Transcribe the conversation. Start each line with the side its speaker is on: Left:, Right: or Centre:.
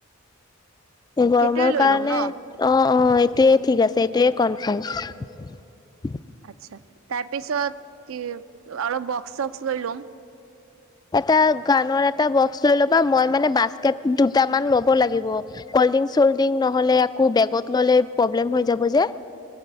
Left: এই গৰমৰ
Right: সেইটোয়ে লৈ
Left: কাৰণে
Right: ল'ম ন
Left: অ। অ এইটোৱে ঠিক আছে এইটোয়ে কনফাৰ্ম।
Right: আচ্ছা তাৰপিছত কি অলপ বক্স চক্স লৈ লোম।
Left: এটা গানৰ এটা বক্স লৈ ল'বা মই মানে বাস্কেট দুট মান ল'ব লাগিব। কল্ডিং চল্ডিং নহ'লে আকৌ বেগত ল'লে প্ৰব্লেম হৈ যাব যে।